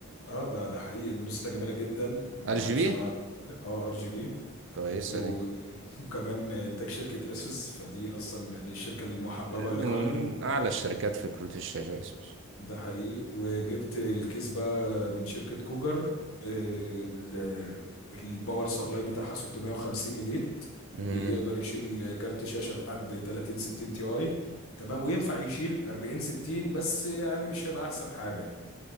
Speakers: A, on the left; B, on the right.
A: اه ده ده حقيقي نسخه جميله جدا وعايشه
B: ار جي بي
A: معايا الحمد لله اه ار جي بي
B: كويسه
A: و-
B: دي
A: <laughs> وكمان انتاج شركة اسوس فدي اصلا يعني الشركة المحببة
B: من
A: لقلبي
B: اعلى الشركات في كروت الشاشه اسوس
A: ده حقيقي وجبت الكيس بقى من شركة كوجر آه، ال- الباور سبلاي بتاعها 650 اليت
B: امم
A: بيقدر يشيل كارت شاشة لحد 30 60 تي اي تمام وينفع يشيل 40 60 بس يعني مش هيبقى احسن حاجة يعني